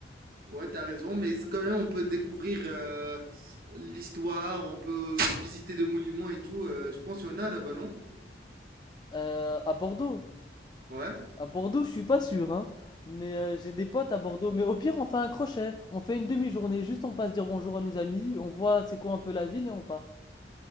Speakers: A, on the right; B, on the left.
A: Ouais, t'as raison, mais c'est quand même, on peut découvrir euh, l'histoire, on peut visiter des monuments et tout. Euh, je pense qu'il y en a là-bas, non?
B: Euh, à Bordeaux.
A: Ouais.
B: À Bordeaux, je suis pas sûr, hein. Mais euh, j'ai des potes à Bordeaux. Mais au pire, on fait un crochet. On fait une demi-journée. Juste, on passe dire bonjour à nos amis. On voit c'est quoi un peu la ville et on part.